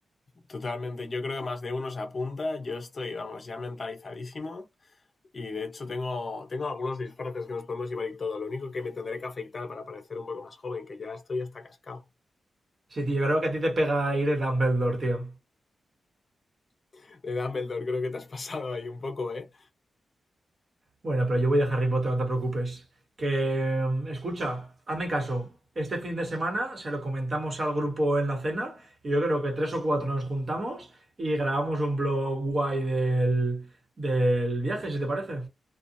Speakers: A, on the left; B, on the right.
A: Totalmente, yo creo que más de uno se apunta, yo estoy, vamos, ya mentalizadísimo y de hecho tengo, tengo algunos disfraces que nos podemos llevar y todo, lo único que me tendré que afeitar para parecer un poco más joven, que ya estoy hasta cascado.
B: Sí, tío, creo que a ti te pega ir de Dumbledore, tío.
A: <laughs> De Dumbledore creo que te has pasado ahí un poco, ¿eh?
B: Bueno, pero yo voy a Harry Potter, no te preocupes. Que, mm, escucha, hazme caso. Este fin de semana se lo comentamos al grupo en la cena y yo creo que tres o cuatro nos juntamos y grabamos un blog guay del, del viaje, si te parece.